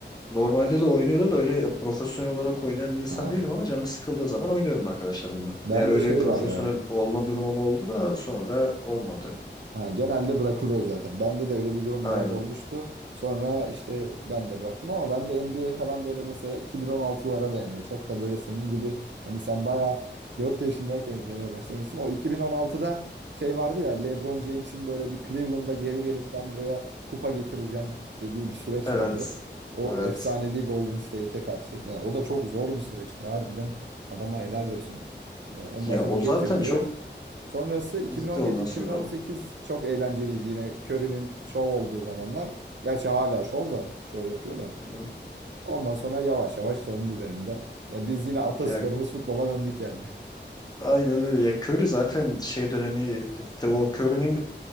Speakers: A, on the left; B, on the right.
A: Normalde de oynuyordum da öyle profesyonel olarak oynayan bir insan
B: Ha.
A: değilim ama canım sıkıldığı zaman oynuyorum arkadaşlarımla.
B: Ben
A: Diğer öyle
B: de şey
A: profesyonel
B: var ya.
A: olma durumum oldu da sonra olmadı.
B: Ha, genelde bırakılıyor zaten. Bende de öyle bir durum
A: Aynen.
B: biraz olmuştu. Sonra işte ben de bıraktım ama ben de NBA falan böyle mesela 2016'lara dayanıyor. Çok da böyle senin gibi hani sen bayağı 4 yaşındayken izlemeye başlamışsın. O 2016'da şey vardı ya LeBron James'in böyle bir Cleveland'da geri gelip ben buraya kupa getireceğim dediği bir süreç
A: Evet.
B: vardı. O
A: Evet.
B: efsanevi Golden State'e karşı. Yani o da çok zor bir süreçti. Harbiden adama helal olsun. Ee, Ondan
A: Ya
B: sonra
A: o
B: getirdi.
A: zaten çok
B: Sonrası 2017-2018
A: gitti ondan sonra.
B: çok eğlenceliydi yine Curry'nin şov olduğu zamanlar. Gerçi hala şov da şov yapıyor da.
A: Hı hı.
B: Ondan sonra yavaş yavaş söndü benim de. Ya biz yine atasporumuz
A: Ya
B: futbola döndük yani. <laughs>
A: Aynen öyle. Ya Curry zaten şey dönemi işte o Curry'nin